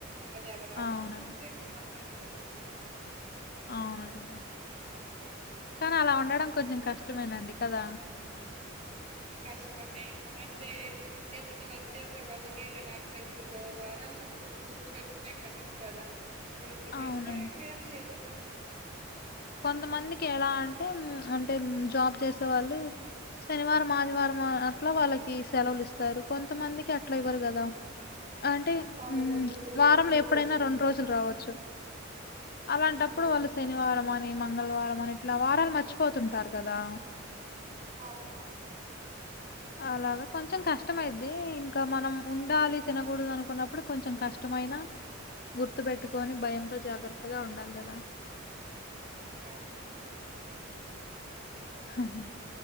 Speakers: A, on the right (about 30°); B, on the left (about 50°).
A: అది అలా రాసి
B: అవునండి.
A: పెట్టి ఉంటే ఇంకా మనం ఏం చేసాం
B: అవునండి కానీ అలా ఉండడం కొంచెం కష్టమేనండి కదా
A: కష్టమే అంటే ఏమన్నా వర్క్ చేసే వాళ్ళకి కానీ స్ట్రెస్లో వారాలు గుర్తు గుర్తు పెట్టుకునే కష్టంగా గదా కడ తినేస్తే
B: అవునండి.
A: ఇంగేం చేయలేం
B: కొంతమందికి ఎలా అంటే అంటే జాబ్ చేసే వాళ్ళు శనివారం ఆదివారం అట్లా వాళ్ళకి సెలవులు ఇస్తారు కొంతమందికి అట్లా ఇవ్వరు కదా అంటే
A: అవును. రొటేషనల్
B: వారంలో
A: వీకర్స్
B: ఎప్పుడైనా
A: ఉంటాయి.
B: రెండు రోజులు రావచ్చు అలాంటప్పుడు
A: ఆ!
B: వాళ్ళు శనివారం అని మంగళవారం అని ఇట్లా వారం మర్చిపోతుంటారు కదా
A: అవును
B: <inaudible> అలాగే కొంచెం కష్టమైద్ది ఇంకా మనం ఉండాలి తినకూడదు అనుకున్నప్పుడు కొంచెం కష్టమైన గుర్తు పెట్టుకొని భయంతో జాగ్రత్తగా ఉండాలి కదా
A: ఆ
B: హహా